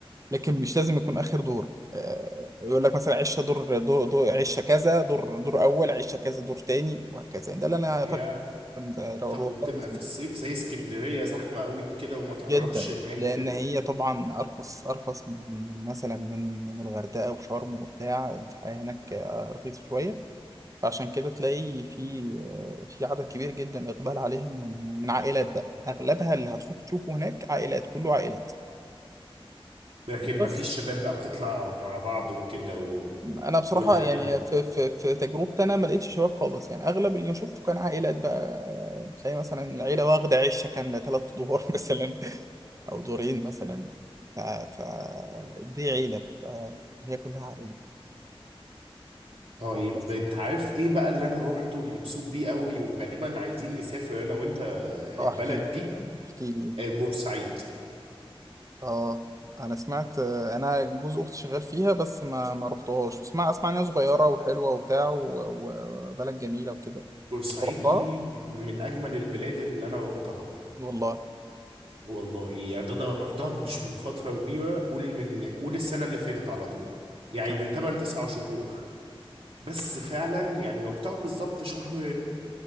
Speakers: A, on the right; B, on the right.
A: لكن مش لازم يكون اخر دور آه، يقول لك مثلا عشه دور دور, دور عشه كذا دور دور اول عشه كذا دور تاني وهكذا ده اللي انا
B: يا
A: فاكره كنت رو-
B: طب
A: روحتها
B: وبتبقى
A: من زمان
B: في الصيف زي اسكندريه زحمه قوي كده وما تعرفش
A: جدا
B: هناك
A: لان هي طبعا ارخص ارخص من مثلا من من الغردقه وشرم وبتاع الحياه هناك آه، رخيصه شويه فعشان كده تلاقي في آه، في عدد كبير جدا اقبال عليهم من من عائلات بقى اغلبها اللي هتروح تشوفه هناك عائلات كله عائلات
B: لكن
A: بس
B: ما فيش شباب بقى بتطلع مع بعض وكده و...
A: انا بصراحه
B: والحاجات
A: يعني
B: دي
A: في في في تجربتي انا ما لقيتش شباب خالص يعني اغلب اللي انا شفته كان عائلات بقى تلاقي مثلا العيله واخده عشه كامله ثلاث دور <laughs> مثلا او دورين مثلا ف ف دي عيله بتبقى هي كلها عائله
B: طيب
A: بس
B: انت عارف ايه بقى اللي انا روحته ومبسوط بيه قوي وغالبا عايزين نسافر انا وانت
A: اه
B: البلد
A: احكي
B: دي
A: احكي لي
B: آه، بورسعيد
A: اه انا سمعت انا جوز اختي شغال فيها بس ما ما رحتهاش اسمع اسمع ان هي صغيره وحلوه وبتاع و- وبلد جميله وكده
B: بورسعيد
A: رحتها
B: دي من اجمل البلاد اللي انا روحتها
A: والله
B: والله يعني انا روحتها مش من فترة كبيرة قول من قول السنة اللي فاتت على طول يعني
A: تمام.
B: من 8 9 شهور بس فعلا يعني روحتها بالظبط شهر